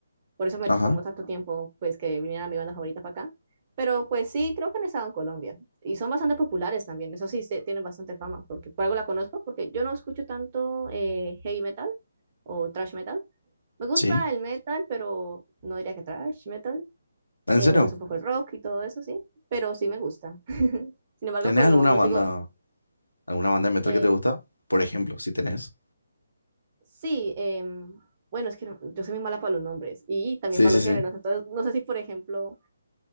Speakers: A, on the right; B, on the left.
A: Por eso me
B: Ajá,
A: tomó tanto tiempo, pues, que viniera mi banda favorita para acá. Pero pues sí, creo que han estado en Colombia. Y son bastante populares también. Eso sí, se- tienen bastante fama. Porque por algo la conozco, porque yo no escucho tanto eh, heavy metal o thrash metal. Me gusta
B: sí.
A: el metal, pero no diría que thrash metal.
B: ¿En
A: Eh,
B: serio?
A: me gusta un poco el rock y todo eso, sí. Pero sí me gusta. <laughs> Sin embargo,
B: ¿Tenés
A: pues
B: alguna
A: no, no
B: banda,
A: sigo.
B: alguna banda de metal
A: eh,
B: que te gusta? Por ejemplo, si tenés.
A: sí, em, bueno, es que no- yo soy muy mala para los nombres y también
B: Sí,
A: para
B: sí,
A: los
B: sí.
A: géneros. Entonces, no sé si, por ejemplo,